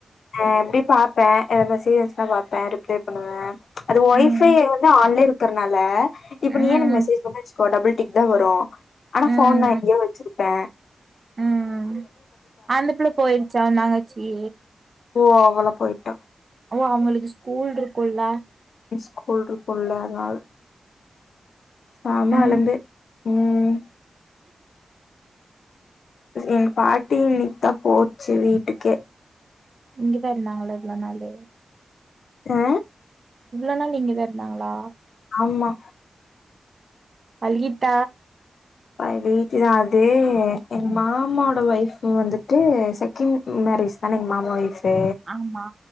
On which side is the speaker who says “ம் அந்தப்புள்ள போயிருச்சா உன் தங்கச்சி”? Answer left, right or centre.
Right